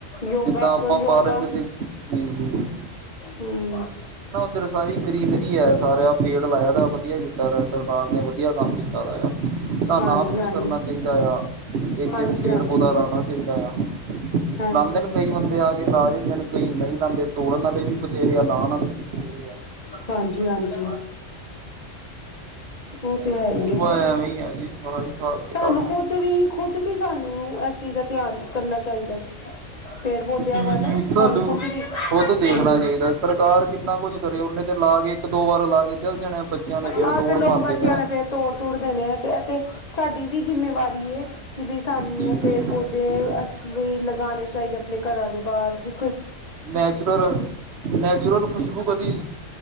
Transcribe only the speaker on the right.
ਜਿੱਦਾਂ ਆਪਾਂ
ਪਾਰਕ ਚ
ਇੱਧਰ ਸਾਰੀ ਗਰੀਨਰੀ ਹੈ। ਸਾਰਾ ਪੇੜ ਲਾਇਆ ਦਾ ਵਧੀਆ ਕੀਤਾ ਸਰਕਾਰ ਨੇ ਵਧੀਆ ਕੰਮ ਕੀਤਾ। ਸਾਨੂੰ
ਆਪ
ਵੀ ਕਰਨਾ ਚਾਹੀਦਾ ਆ। ਇੱਕ
ਇੱਕ ਪੇੜ
ਪੋਧਾ ਲਾਉਣਾ। ਚਾਹੀਦਾ ਆ।
ਲਾਉਂਦੇ ਨੇ ਕਈ ਬੰਦੇ ਆ ਕੇ ਲਾ ਜਾਂਦੇ ਨੇ ਕਈ ਨਹੀਂ ਲਾਉਂਦੇ ਤੋੜਨ ਵਾਲੇ ਵੀ। ਬਥੇਰੇ ਆ ਲਾਉਣ ਵਾਲੇ ਵੀ ਬਥੇਰੇ ਆ
ਉਹ
ਐਵੇਂ ਹੀ ਆ ਜੀ ਸਾਰਾ ਹਿਸਾਬ ਕਿਤਾਬ
ਜੀ
ਜੀ
ਖੁਦ ਦੇਖਣਾ
ਸਰਕਾਰ ਕਿੰਨਾ ਕੁੱਝ ਕਰੇ। ਓਨੇ ਤੇ ਲਾ ਕੇ ਇੱਕ ਦੋ ਵਾਰ ਲਾ ਕੇ ਚੱਲ ਜਾਣੇ ਬੱਚਿਆਂ ਨੇ ਫੇਰ
ਤੋੜ
ਪੰਣ
ਦੇਣੇਆ।
ਜੀ ਜੀ
ਜੀ
ਨੈਚੁਰਲ ਨੈਚੁਰਲ ਖੁਸ਼ਬੂ ਕਦੀ